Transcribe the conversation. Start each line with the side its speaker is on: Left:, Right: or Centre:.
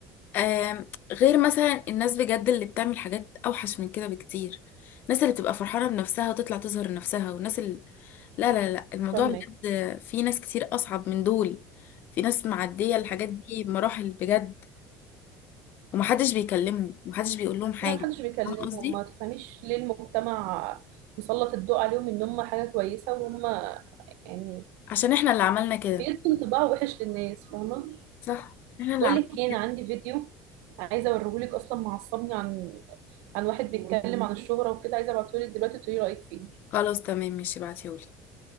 Left: آم، غير مثلا الناس بجد اللي بتعمل حاجات اوحش من كده بكتير الناس اللي بتبقى فرحانة بنفسها وتطلع تظهر نفسها والناس اللي لا لا لا الموضوع
Right: فاهمة
Left: بجد في ناس كتير اصعب من دول في ناس معدية الحاجات دي بمراحل بجد ومحدش بيكلمهم ومحدش بيقول لهم حاجة
Right: لا محدش بيكلمهم
Left: فاهم قصدي
Right: ما تفهميش ليه المجتمع مسلط الضوء عليهم إن هم حاجة كويسة وهم يعني
Left: عشان احنا اللي عملنا كده
Right: بيدوا انطباع وحش للناس فاهمة
Left: صح احنا اللي
Right: بقول
Left: عملنا
Right: لك ايه انا
Left: كده.
Right: عندي فيديو عايزه اوريه لك اصلا معصبني عن عن واحد بيتكلم عن الشهرة وكده عايزه ابعته لك دلوقتي تقولي رأيك فيه
Left: خلاص تمام ماشي ابعتيهولي